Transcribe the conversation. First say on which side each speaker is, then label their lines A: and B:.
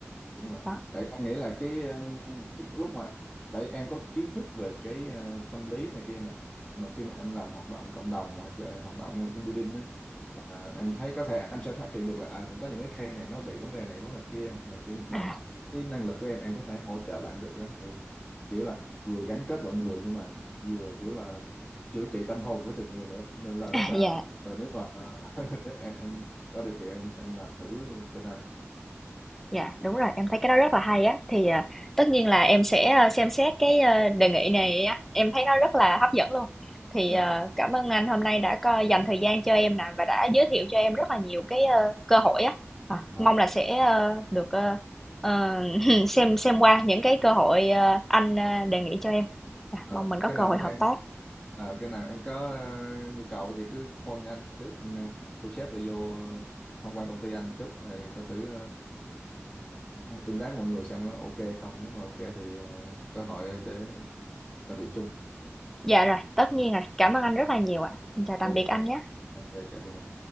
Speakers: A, on the left (about 30°); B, in the centre.
A: đúng rồi
B: Đó,
A: tại em nghĩ là cái um, chút lúc mà tại em có kiến thức về cái uh, tâm lý này kia nè mà khi mà em làm hoạt động cộng đồng hoặc là hoạt động team building á mà em thấy có thể em sẽ phát hiện được là à những có những cái case này nó bị vấn đề này vấn đề kia và cái mà
B: à,
A: cái năng lực của em em có thể hỗ trợ bạn được á thì kiểu là vừa gắn kết mọi người nhưng mà vừa kiểu là chữa trị tâm hồn của từng người nữa nên là rất
B: à,
A: là
B: yeah.
A: và nếu mà <laughs> nếu em em có điều kiện em em làm thử bên anh
B: Dạ, đúng rồi, em thấy cái đó rất là hay á. Thì, ờ, tất nhiên là em sẽ, ơ, xem xét cái, ơ, đề nghị này á, em thấy nó rất là hấp dẫn luôn. Thì,
A: à,
B: ờ, cảm ơn anh hôm nay đã có dành thời gian cho em nè và đã giới thiệu cho em rất là nhiều cái, ơ, cơ hội á. Ờ,
A: à,
B: mong là sẽ, ơ, được, ơ, ờ, <laughs> xem xem qua những cái cơ hội, ơ, anh, ơ, đề nghị cho em. Dạ,
A: à,
B: mong mình có
A: cái
B: cơ
A: nào
B: hội
A: mà
B: hợp
A: cái em
B: tác.
A: à, cái nào em có ờ, nhu cầu thì cứ call cho anh trước anh ờ, thu xếp rồi vô tham quan công ty anh chút rồi coi thử ờ, ờ, tương tác với mọi người xem có ok không nếu mà ok thì ờ, có hội để làm việc chung
B: Dạ rồi, tất nhiên rồi, cảm ơn anh rất là nhiều ạ. Chào tạm
A: ok
B: biệt anh nhé
A: ok cảm ơn em